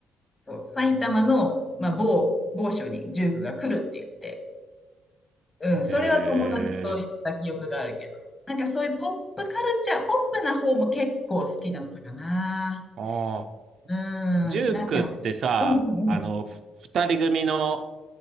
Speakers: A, on the left (about 20°); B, on the right (about 65°).
A: そう。埼玉の、まあ、某、某所にジュークが来るって言って、うん、それは友達と行った記憶があるけど。
B: へえ、
A: なんかそういうポップカルチャー、ポップな方も結構好きだったかな。
B: ああ、
A: うん、
B: ジュークってさ、
A: なんか、うんうんうん。
B: あの、ふ二人組の、